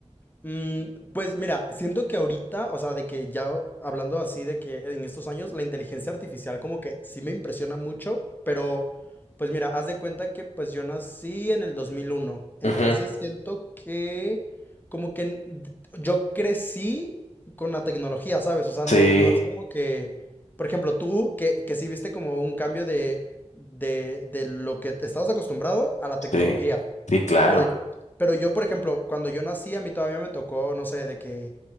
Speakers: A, on the left; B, on the left.
A: Mm, pues mira, siento que ahorita, o sea, de que ya hablando así de que en estos años, la inteligencia artificial como que sí me impresiona mucho, pero pues mira, haz de cuenta que pues yo nací en el 2001, entonces
B: Ujú,
A: siento que como que n- d- yo crecí con la tecnología, ¿sabes? O sea,
B: Sí,
A: no, no es como que, por ejemplo, tú que, que sí viste como un cambio de, de, de lo que te- estabas acostumbrado a la tecnología.
B: sí, sí, claro,
A: Eh, Pero, Ok. Pero yo, por ejemplo, cuando yo nací, a mí todavía me tocó, no sé, de que